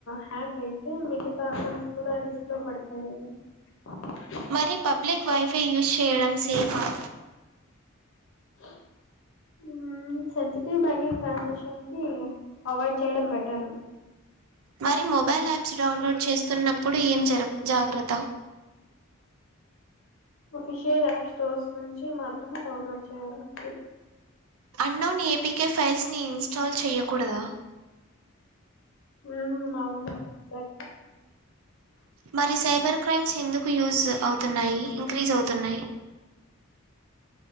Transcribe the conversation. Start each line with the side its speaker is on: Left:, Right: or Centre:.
Left: హ్యాక్ అయితే మిగతా అకౌంట్స్ కూడా రిస్క్ లో పడతాయి కదా <unintelligible>
Right: మరి పబ్లిక్ వైఫై యూజ్ చేయడం సేఫ్ ఆ
Left: <unintelligible> ఉ సెన్సిటివ్ బ్యాంకింగ్ ట్రాన్సాక్షన్ కి అవాయిడ్ చేయడం బెటరు
Right: మరి మొబైల్ యాప్స్ డౌన్లోడ్ చేస్తున్నప్పుడు ఏం జ జాగ్రత్త
Left: అఫిషియల్ యాప్ స్టోర్స్ నుంచి మాత్రమే డౌన్లోడ్ చేయ్యాలి ఆప్పుడు
Right: అన్నౌన్ ఏపీకే ఫైల్స్ని ఇన్స్టాల్ చేయకూడదా
Left: ఉ అవును బాట్
Right: మరి సైబర్ క్రైమ్స్ ఎందుకు యూజ్ అవుతున్నాయి, ఇంక్రీజ్ అవుతున్నాయి